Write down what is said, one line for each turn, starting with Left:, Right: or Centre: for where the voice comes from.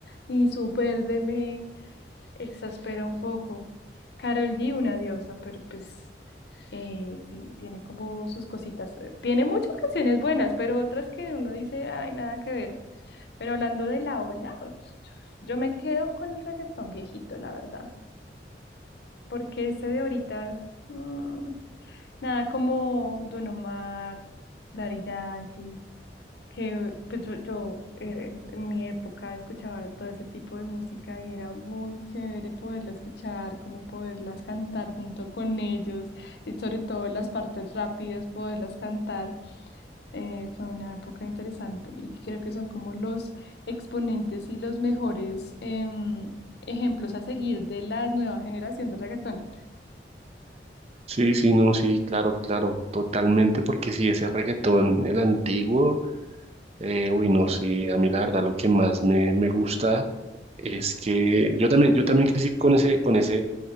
Left: Y su verde me, exaspera un poco. Carol G, una diosa, pero pues eh, sí, tiene como sus cositas. Eh, Tiene muchas canciones buenas, pero otras que uno dice, ay, nada que ver. Pero hablando de la ola, yo me quedo con el reggaetón viejito, la verdad, porque ese de ahorita, mm, nada como Don Omar, Daddy Yankee, que pues yo, yo, eh, eh, en mi época escuchaba todo ese tipo de música y era muy chévere poderla escuchar, como poderlas cantar junto con ellos y sobre todo las partes rápidas, poderlas cantar. eh, fue una época interesante y creo que son como los exponentes y los mejores em, ejemplos a seguir de la nueva generación de reggaetón.
Right: Sí, sí, no, sí, claro, claro, totalmente, porque si ese reggaetón, el antiguo, eh, uy, no, sí, a mí la verdad lo que más me, me gusta es que yo también, yo también crecí con ese, con ese